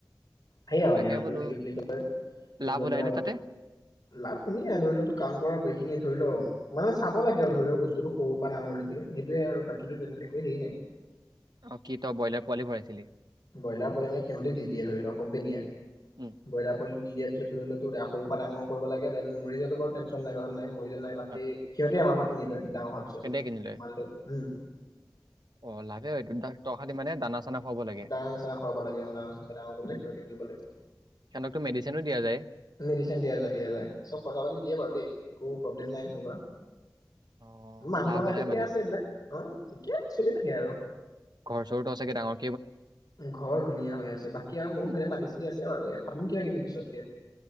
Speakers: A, on the left; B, on the right.
A: সেইয়া মানে
B: তাকে
A: আৰু
B: বোলো
A: ত এইটো কি বুলি কয় ধৰি
B: লাভ ওলাই
A: লও
B: নে তাতে
A: লাভ শুনিয়ে ধৰি লও তোৰ কাম কৰাখিনি। থৈলও। মানে চাব লাগে আৰু ধৰি লক বস্তুটো। সৰুৰ পৰা ডাঙৰলৈকে সেইটোৱে আৰু বাকী। কিন্তু তেনে একো হেৰি নাই।
B: অ কি তই ব্ৰইলাৰ পোৱালি ভৰাইছিলি।
A: ব্ৰইলাৰ পোৱে সিহঁতি দি দিয়ে ধৰি ল কম্পেনীয়ে
B: উম
A: ব্ৰইলাৰ পলি দিয়াৰিছত ৰাস। সৰু পৰা ডাঙৰ। কৰিব লাগে দেন মৰিজত বাৰু টন নাই নাই মৰিজন নাই বাকী
B: অ,
A: সিহতে আমাক। কিনি লয়। ডাঙৰ হোৱাৰ পিছত
B: কেনেকে কিনিলে
A: মালটো উম।
B: অ লভ হয় তহ খালি মানে দানা চানা খুৱাব। লাগে
A: ডাঙৰচা খুৱাব লাগে অ ডাঙৰ চ ডাঙৰ কৰি খ দিব লাগে
B: সিহঁতকতো মেডিচিনো দিয়া যায়
A: মেডিচ দিয়া যায় দিয়া যায় চব খৰচা পাতি দিয়ে বাৰু দেই। এক প্ৰব্লেম নাই তেনেকুৱা।
B: অ
A: মানুহ
B: লাভ
A: লগাইো
B: ওলাই
A: এতিয়া
B: মানে
A: আছে এইবিলাক অ ঠিকে আছে। চলি থাকে আৰু।
B: ঘৰ চৰটো আ চাগে ডাঙৰ।
A: ঘৰ ধুনীয়া হৈ আছে বাকী আৰু মোৰ
B: উম,
A: ভেদে মাতি চাতি আছে বাৰু এই ভাবিম কিবা কিবি পিছতকে।